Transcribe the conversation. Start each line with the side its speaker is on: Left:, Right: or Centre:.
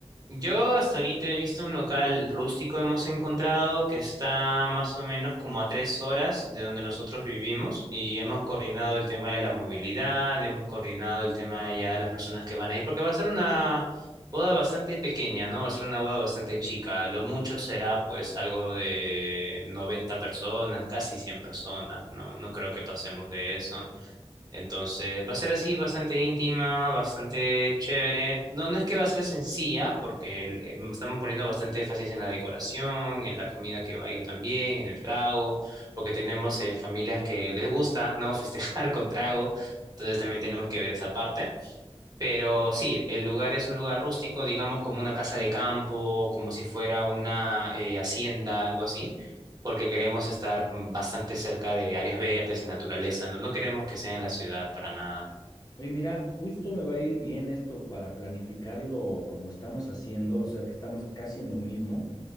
Right: Yo hasta ahorita he visto un local rústico, hemos encontrado que está más o menos como a tres horas de donde nosotros vivimos y hemos coordinado el tema de la movilidad, hemos coordinado el tema ya de las personas que van a ir, porque va a ser una boda bastante pequeña, ¿no? Va a ser una boda bastante chica, lo mucho será pues algo de 90 personas, casi 100 personas, ¿no? No creo que pasemos de eso. Entonces, va a ser así, bastante íntima, bastante chévere. No, no es que va a ser sencilla, porque el- em, estamos poniendo bastante énfasis en la decoración, en la comida que va a ir también, en el trago, porque tenemos eh, familias que les gusta, ¿no? <laughs> Festejar con trago. Entonces también tenemos que ver esa parte. Pero sí, el lugar es un lugar rústico, digamos como una casa de campo, como si fuera una eh, hacienda, algo así, porque queremos estar mm, bastante cerca de áreas verdes y naturaleza, ¿no? No queremos que sea en la ciudad para nada.
Left: Y mira, justo me va a ir bien esto para planificarlo como estamos haciendo, o sea que estamos casi en lo mismo,